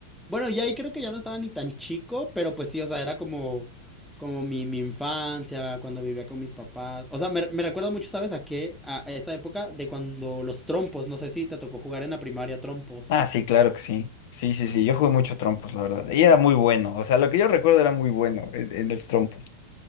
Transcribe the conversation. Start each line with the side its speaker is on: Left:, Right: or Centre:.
Centre: bueno, ya ahí creo que ya no estaba ni tan chico, pero pues sí, o sea, era como, como mi, mi infancia, cuando vivía con mis papás, o sea, me, me recuerdo mucho, ¿sabes a qué? A a esa época de cuando los trompos, no sé si te tocó jugar en la primaria trompos.
Left: Ah, sí, claro que sí. Sí, sí, sí, yo jugué mucho trompos, la verdad. Y era muy bueno, o sea, lo que yo recuerdo era muy bueno en en los trompos.